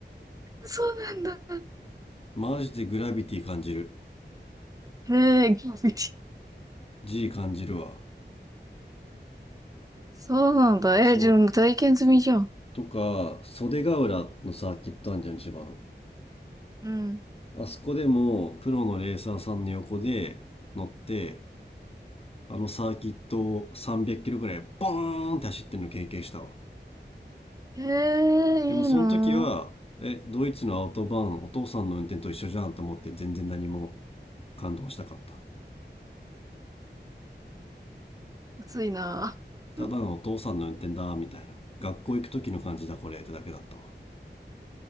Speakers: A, on the right (about 20°); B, on the left (about 30°).
A: そうなんだ。
B: マジでグラビティ感じる。
A: へえ、びっくり
B: G 感じるわ。
A: そうなんだ。
B: そう。
A: えじゃあ体験済みじゃん。
B: とか、袖ヶ浦のサーキットあんじゃん、千葉の。
A: うん。
B: あそこでも、プロのレーサーさんの横で乗って、あのサーキットを300キロぐらいボーンって走ってるの経験したわ。
A: ええいいなう
B: でもその時は、え、ドイツのアウトバーン、お父さんの運転と一緒じゃんと思って全然何も感動しなかった。
A: 暑いな <laughs>
B: ただのお父さんの運転だ、みたいな。学校行く時の感じだ、これ、ってだけだったわ。